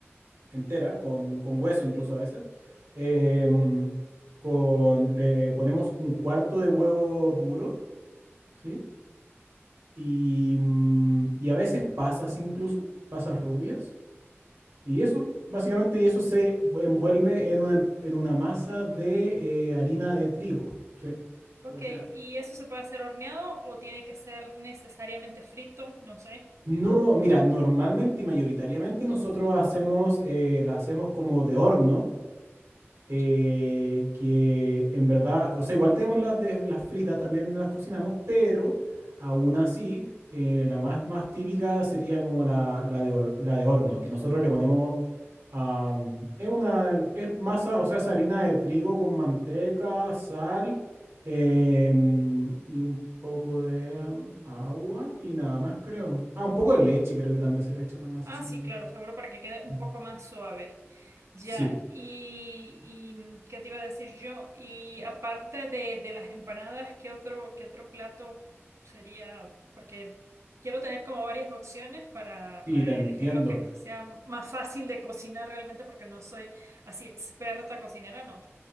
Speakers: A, on the right; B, on the right.
A: entera, con, con hueso incluso a veces, em, con, le ponemos un cuarto de huevo duro, ¿sí? Y, mm, y a veces pasas incluso, pasas rubias. Y eso, básicamente, y eso se envuelve en una, en una masa de eh, harina de trigo. Sí,
B: Ok,
A: por lo general.
B: ¿y eso se puede hacer horneado o tiene que ser necesariamente frito? No sé.
A: No, mira, normalmente y mayoritariamente nosotros hacemos, eh, la hacemos como de horno, eh,
B: Ya.
A: que en verdad, o sea, igual tenemos las, de, las fritas, también las cocinamos, pero aún así, eh, la más, más típica sería como la, la de, hor- la de horno, que nosotros le ponemos Am, es una, es masa, o sea, es harina de trigo con manteca, sal em, y un poco de em, agua y nada más, creo. Ah, un poco de leche, creo que también se le echa a la masa,
B: Ah,
A: si
B: sí,
A: no me equivoco.
B: claro, seguro para que quede un
A: Ujú.
B: poco más suave. Ya,
A: Sí,
B: y, y, mm, ¿qué te iba a decir yo? Y aparte de, de las empanadas, ¿qué otro, qué otro plato sería? Porque quiero tener como varias opciones para,
A: sí,
B: para
A: te entiendo.
B: elegir lo que sea más fácil de cocinar realmente, porque no soy así experta cocinera, no.